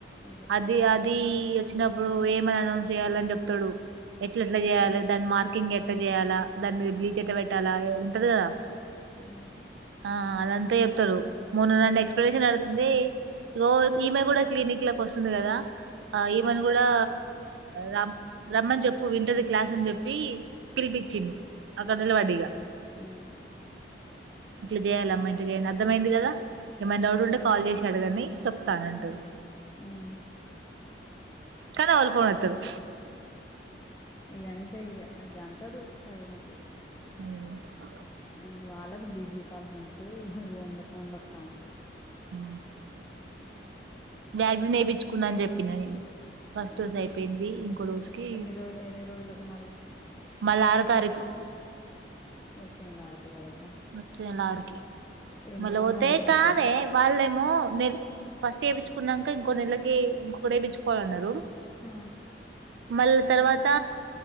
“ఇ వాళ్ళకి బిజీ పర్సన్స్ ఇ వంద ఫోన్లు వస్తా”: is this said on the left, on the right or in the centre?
Left